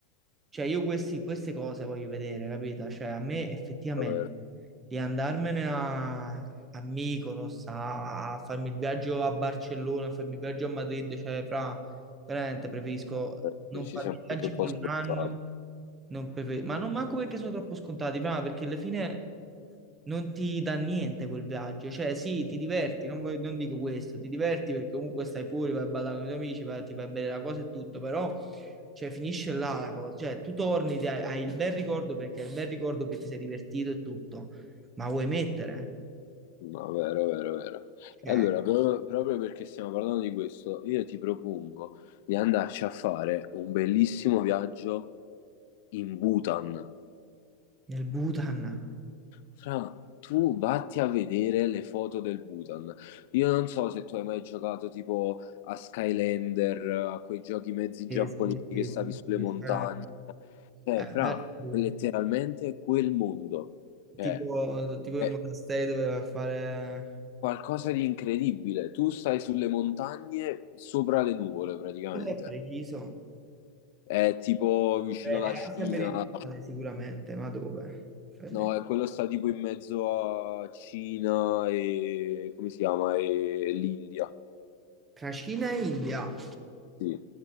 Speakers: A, on the right (about 20°); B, on the left (about 60°).
A: Cioè, io questi- queste cose voglio vedere, capito? Cioè, a me effettivamente
B: Vero,
A: di andarmene a, a Mykonos, a, a farmi il viaggio a Barcellona, a farmi il viaggio a Madrid, cioè, fra, veramente preferisco
B: vero.
A: non
B: E Ci
A: farmi
B: siamo
A: viaggi
B: anche un po'
A: per
B: scordati.
A: un anno, non prefer- ma non manco perché sono troppo scontati, ma perché alla fine non ti dà niente quel viaggio, cioè sì, ti diverti, non, voglio- non dico questo, ti diverti perché comunque stai fuori, vai a ballare con i tuoi amici, vai, ti fai bene la cosa e tutto, però cioè, finisce là la cosa, cioè tu torni, ti hai, hai il bel ricordo perché hai il bel ricordo che ti sei divertito e tutto, ma vuoi mettere?
B: No, vero, vero, vero. E
A: Cioè,
B: allora, pro- proprio perché stiamo parlando di questo, io ti propongo di andarci a fare un bellissimo viaggio in Bhutan.
A: nel Bhutan.
B: Fra, tu vatti a vedere le foto del Bhutan. Io non so se tu hai mai giocato tipo a Skylander, a quei giochi mezzi
A: Sì,
B: giapponesi
A: sì,
B: che
A: sì,
B: stavi
A: sì,
B: sulle
A: sì,
B: montagne.
A: sì, eh,
B: Eh,
A: eh,
B: fra,
A: bello il Bhutan.
B: è letteralmente quel mondo, cioè,
A: tipo, tipo
B: è
A: i monasteri doveva fare,
B: qualcosa di incredibile. Tu stai sulle montagne sopra le nuvole praticamente.
A: cosa è preciso?
B: È tipo vicino
A: Eh,
B: alla
A: È
B: Cina,
A: Asia meridionale sicuramente, ma dove? Fede.
B: no, è quello sta tipo in mezzo a Cina e come si chiama? E l'India,
A: Tra Cina e India,
B: sì.